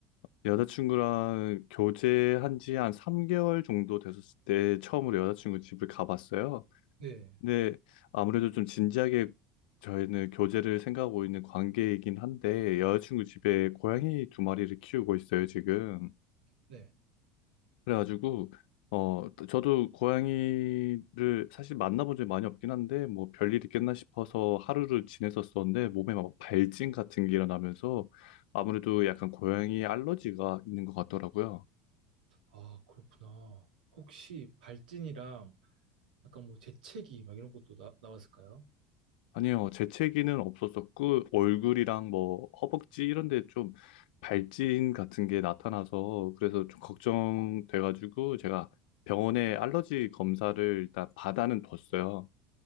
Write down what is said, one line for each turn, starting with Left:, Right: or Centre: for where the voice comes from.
Left: 여자친구랑 교제한 지 한 3개월 정도 됐었을 때 처음으로 여자친구 집을 가봤어요.
Right: 네,
Left: 근데 아무래도 좀 진지하게 저희는 교제를 생각하고 있는 관계이긴 한데 여자친구 집에 고양이 두 마리를 키우고 있어요, 지금.
Right: 네.
Left: 그래가지고 어 저도 고양이를 사실 만나본 적이 많이 없긴 한데 뭐 별일 있겠나 싶어서 하루를 지냈었었는데 몸에 막 발진 같은 게 일어나면서 아무래도 약간 고양이 알러지가 있는 것 같더라고요.
Right: 아, 그렇구나. 혹시 발진이랑 약간 뭐 재채기 막 이런 것도 나, 나왔을까요?
Left: 아니요, 재채기는 없었었고, 얼굴이랑 뭐, 허벅지 이런 데 좀 발진 같은 게 나타나서, 그래서 좀 걱정돼가지고, 제가 병원에 알러지 검사를 일단 받아는 뒀어요.